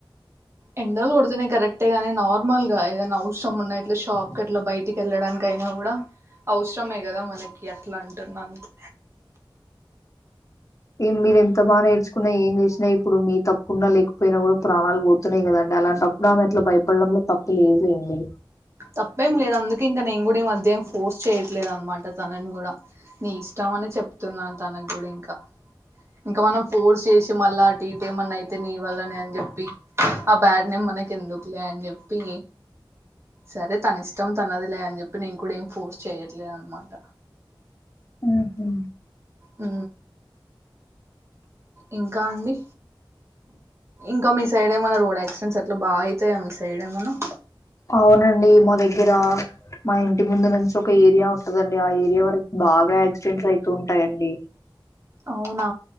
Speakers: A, on the right; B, on the left.
A: ఎండలు కొడుతున్నాయి కరెక్టే గాని, నార్మల్ గా ఏదైనా అవసరం ఉన్నా ఇట్లా షాప్ కట్లా బయ ఇంటిక వెళ్ళడానికైనా కూడా అవసరమే గదా మనకి అట్లా అంటున్నా అంతే
B: ఏం మీరు ఎంత బా నేర్చుకున్నా ఏం చేసినా ఇప్పుడు మీ తప్పున్నా లేకపోయినా కూడా ప్రాణాలు పోతున్నాయి కదాం అలాంటప్పుడు ఆమె అట్ల భయపడడంలో తప్పు లేదు లేండి.
A: తప్పేం లేదు. అందుకే ఇంకా నేను గుడా ఈ మధ్య ఫోర్స్ చేయట్లేదు అనమాట. తనని కూడా నీ ఇష్టం అని చెప్తున్నాను తనకు గుడా ఇంకా ఇంకా మనం ఫోర్స్ చేసి మళ్ళా అటు ఇటు ఏమన్నా అయితే నీ వల్లనే అని చెప్పి ఆ బ్యాడ్ నేమ్ మనకి ఎందుకులే అని చెప్పి సరే తన ఇష్టం. తనదిలే అని చెప్పి నేను కూడా ఏం ఫోర్స్ చెయట్లేదు అనమాట.
B: ఉహు
A: ఉ ఇంకా అండి ఇంకా మీ సైడ్ ఏమన్న రోడ్ యాక్సిడెంట్స్ అట్ల బాగ అయితాయా మీ సైడ్ ఏమన్నా
B: అవునండి మా దగ్గరా మా ఇంటి ముందు నుంచి ఒక ఏరియా ఉంటదండి. ఆ ఏరియా వరకు బాగా యాక్సిడెంట్స్ అయితూ ఉంటాయండి.
A: అవునా